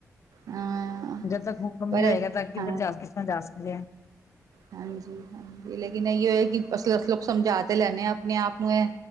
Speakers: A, on the right; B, on the left.
A: ਹਾਂ
B: ਜਦ ਤੱਕ ਹੁਕਮ
A: ਪਰ
B: ਨਈ ਹੋਏਗਾ, ਤਾਂ ਕਿੱਧਰ
A: ਹਾਂ
B: ਜਾ ਕਿਸ ਤਰ੍ਹਾਂ ਜਾ <unintelligible>
A: ਹਾਂਜੀ, ਹਾਂਜੀ ਲੇਕਿਨ ਇਹੀਓ ਹੈ। ਕਿ ਅਸਲ ਅਸੀਂ ਲੋਕ ਸਮਝਾ ਤੇ ਲੈਦੇ ਹਾਂ, ਆਪਣੇ ਆਪ ਨੂੰ ਇਹ